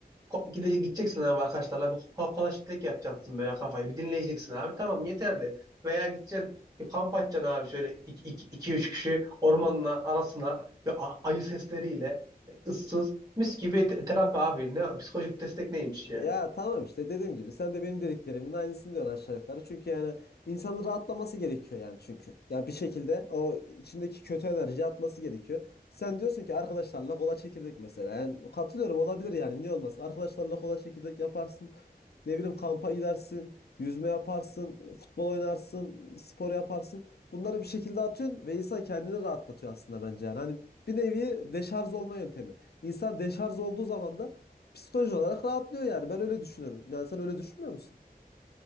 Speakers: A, on the right; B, on the left.
A: ko- gide gideceksin abi arkadaşlarla bir ko- kolaşlık yapacaksın böyle kafayı bir dinleyeceksin abi tamam yeterli. Veya gideceksin bir kamp açacaksın abi şöyle iki üç kişi ormanın arasına ve a- ayı sesleriyle e, ıssız mis gibi te- terapi abi ne psikolojik destek neymiş yani.
B: Ya tamam işte dediğim gibi sen de benim dediklerimin aynısını diyorsun aşağı yukarı. Çünkü yani insanın rahatlaması gerekiyor yani çünkü. Ya bir şekilde o içindeki kötü enerji atması gerekiyor. Sen diyorsun ki arkadaşlarla kola çekirdek mesela. Yani katılıyorum olabilir yani niye olmasın. Arkadaşlarla kola çekirdek yaparsın. Ne bileyim kampa gidersin. Yüzme yaparsın. Futbol oynarsın. Spor yaparsın. Bunları bir şekilde atıyorsun ve insan kendini rahatlatıyor aslında bence yani. Hani bir nevi deşarj olma yöntemi. İnsan deşarj olduğu zaman da psikolojik olarak rahatlıyor yani. Ben öyle düşünüyorum. Yani sen öyle düşünmüyor musun?